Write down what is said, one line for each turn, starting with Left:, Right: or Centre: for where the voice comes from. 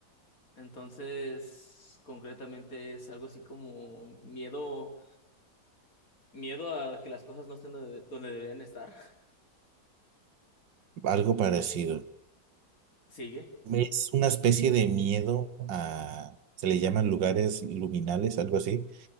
Left: Entonces, concretamente es algo así como miedo, miedo a que las cosas no estén donde, donde deberían estar. <laughs>
Right: Algo parecido.
Left: Sigue,
Right: Es una especie de miedo a, se le llaman lugares luminales, algo así,